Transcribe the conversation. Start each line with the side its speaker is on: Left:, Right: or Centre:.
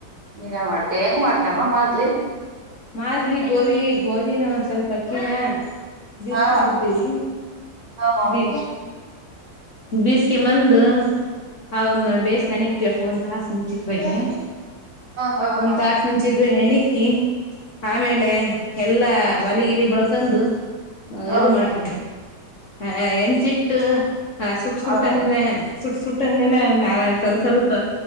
Right: ನೀನ ಮಾಡ್ತೆ ಹೆಂಗ್ ಮಾಡ್ತಮ್ಮ ಮಾದಲಿ.
Left: ಮಾದಲಿ ಗೋದೀ ಗೋದೀನ ಒಂದ್ ಸ್ವಲ್ಪ ಅಕ್ಕಿನ. ಬಿಸ್ಕಾಂದ
Right: ಹಾ
Left: ಬರ್ತೀವಿ
Right: ಹಾ ಹಾ
Left: ಬಿ ಬಿಸಗೆಬೆಂದು ಬಂದು ಅವನ್ನ ಬೇಸ್ ನೆನಾ ಕ್ತಿವಿ ಆ ಫೋನ್ ತೊಂಗಂಡ. ಮುಂಚಿತವಾಗಿ
Right: ಹಾ
Left: ಒಂದ್
Right: ಹಾ
Left: ತಾಸ ಮುಂಚೆವಾಗಿ ನೆನಕ್ಕಿ. ಆಮೇಲೆ ಎಲ್ಲಾ ಒಲೆಗಿಲಿ ಬಳ್ಕೊಂಡು
Right: ಹಾ
Left: ಇದು ಮಾಡ್ತೀವಿ.
Right: ಹಾ
Left: ಹ ಎಂಚಿಟ್ಟ ಆ ಸುಟ್ಟ ಸುಟ್ಟಂಗಲೆ.
Right: ಹಾ ಹಾ
Left: ಸುಟ್ಟ ಸುಟ್ಟ ಸುಟ್ಟಂಗೆಲ್ಲ ಮ್ಯಾಲ ಸ್ವಲ ಸ್ವಲ್ಪ.